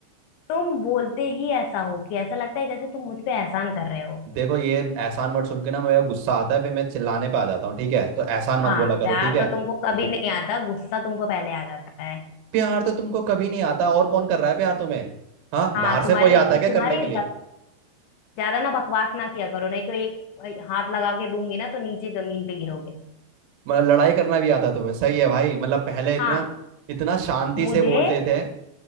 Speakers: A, on the left; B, on the right.
A: तुम बोलते ही ऐसा हो कि ऐसा लगता है जैसे तुम मुझ पे एहसान कर रहे हो
B: देखो ये एहसान वर्ड सुन के ना मेरा गुस्सा आता है फिर मैं चिल्लाने पे आ जाता हूँ ठीक है तो एहसान मत
A: हाँ
B: बोला करो
A: प्यार
B: ठीक है
A: तो तुमको कभी नहीं आता गुस्सा तुमको पहले आ जाता है
B: प्यार तो तुमको कभी नहीं आता और कौन कर रहा है प्यार तुम्हें हाँ
A: हाँ
B: बाहर से
A: तुम्हारी
B: कोई आता है क्या
A: तुम्हारी
B: करने के लिए
A: ज्यादा ना बकवास ना किया करो नहीं तो एक हाथ लगा के दूंगी ना तो नीचे जमीन पे गिरोगे
B: मतलब लड़ाई करना भी आता तुम्हें सही है भाई मतलब पहले इतना
A: हाँ
B: इतना शांति
A: मुझे
B: से बोलते थे